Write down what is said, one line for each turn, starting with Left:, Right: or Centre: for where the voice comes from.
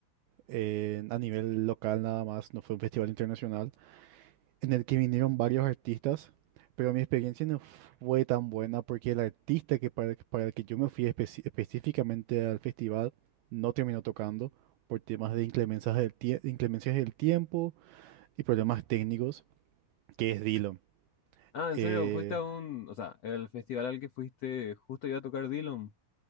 Right: eh, a nivel local nada más, no fue un festival internacional. en el que vinieron varios artistas, pero mi experiencia no fue tan buena porque el artista que para, para el que yo me fui especi- específicamente al festival no terminó tocando por temas de inclemencias del, tie- inclemencias del tiempo y problemas técnicos, que es Dylan.
Left: Ah, en
Right: Eh,
Left: serio, fuiste a un, o sea, el festival al que fuiste justo iba a tocar Dylan.